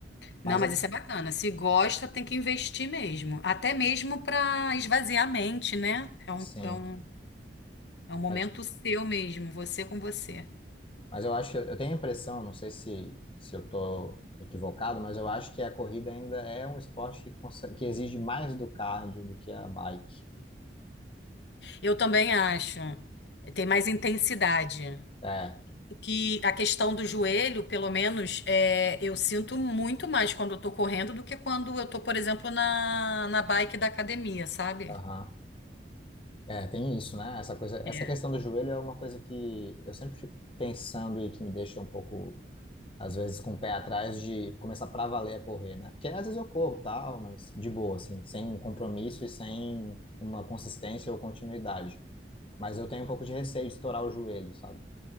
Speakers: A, on the left; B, on the left.
A: Não,
B: Mas
A: mas
B: a-
A: isso é bacana. Se gosta, tem que investir mesmo. Até mesmo para esvaziar a mente, né? É um,
B: sim,
A: é um, é um momento
B: mas,
A: seu mesmo, você com você.
B: mas eu acho que eu tenho a impressão, não sei se se eu tô equivocado, mas eu acho que a corrida ainda é um esporte que, consegue, que exige mais do cardio do que a bike.
A: Eu também acho. Tem mais intensidade.
B: É,
A: que a questão do joelho, pelo menos, é, eu sinto muito mais quando eu tô correndo do que quando eu tô, por exemplo, na, na bike da academia, sabe?
B: aham. É, tem isso, né? Essa coisa, essa
A: É.
B: questão do joelho é uma coisa que eu sempre fico pensando e que me deixa um pouco às vezes com o pé atrás de começar pra valer a correr, né? Porque às vezes eu corro tal, mas de boa, assim, sem compromisso e sem uma consistência ou continuidade. Mas eu tenho um pouco de receio de estourar o joelho, sabe?